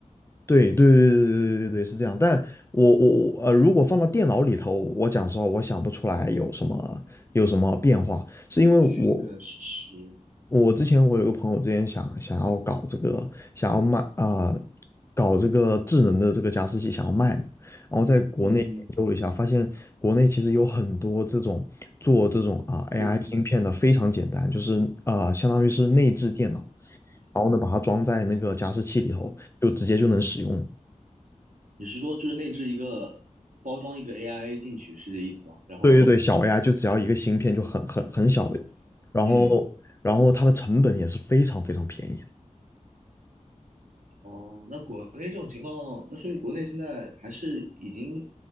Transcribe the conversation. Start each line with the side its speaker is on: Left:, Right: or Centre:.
Left: 对对对对对对对，是这样。但我我我呃，如果放到电脑里头，我讲实话，我想不出来有什么有什么变化，是因为我
Right: 确实，
Left: 我之前我有个朋友之前想想要搞这个，想要卖啊、呃搞这个智能的这个加湿器想要卖嘛，然后在国内研究了一下，
Right: 嗯嗯，
Left: 发现国内其实有很多这种做这种啊、AI
Right: 类似于
Left: 芯片的非常简单，就是啊、呃相当于是内置电脑，然后呢把它装在那个加湿器里头，就直接就能使用了
Right: 你是说就是内置一个包装一个 AI 进去是这意思吗？然后，
Left: 对对对，小 AI 就只要一个芯片就很很很小的，然后然后它的成本也是非常非常便宜
Right: 嗯，哦，那国内这种情况，那说明国内现在还是已经